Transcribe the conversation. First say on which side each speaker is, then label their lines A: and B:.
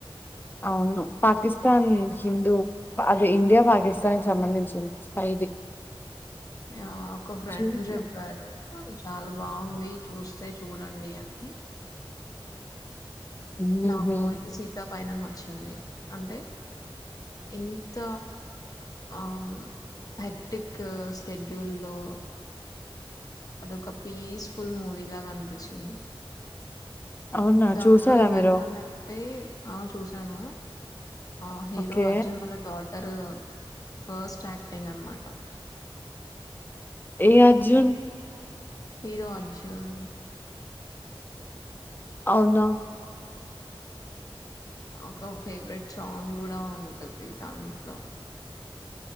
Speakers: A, on the left (about 20°); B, on the left (about 40°).
A: అవును పాకిస్తాన్ హిందూ అదే ఇండియా పాకిస్తాన్ సంబంధించింది
B: ఆ ఒక ఫ్రెండ్
A: చూసా.
B: చెప్పారు చాలా బాగుంది చూస్తే చూడండి అని
A: హుహు.
B: నాకు అయితే సీతా పైనం నచ్చింది అంటే ఎంత ఆ హెక్టిక్ స్కెడ్యూల్ లో అదొక పీస్ఫుల్ మూవీలాగా కనిపించింది
A: అవునా?
B: దాంట్లో
A: చూసారా
B: ఎవరు
A: మీరు?
B: అను అంటే ఆ చూశాను ఆ హీరో
A: ఓకే.
B: అర్జున్ వల్ల డాట్ గారు ఫస్ట్ యాక్టింగ్ అనమాట
A: ఏ అర్జన్
B: హీరో అర్జున్
A: అవునా
B: ఒక ఫేవరెట్ సాంగ్ కూడా ఉంటది దాంట్లో